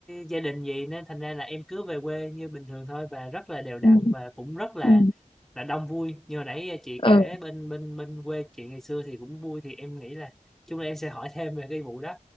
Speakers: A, in the centre; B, on the left (about 40°).
A: gia đình gì nên thành ra là em cứ về quê như bình thường thôi và rất là đều đặn
B: ừ
A: và cũng rất là
B: ừ
A: là đông vui như hồi nãy à, chị
B: ừ
A: kể bên bên bên quê chị ngày xưa thì cũng vui thì em nghĩ là chung là em sẽ hỏi thêm về cái vụ đó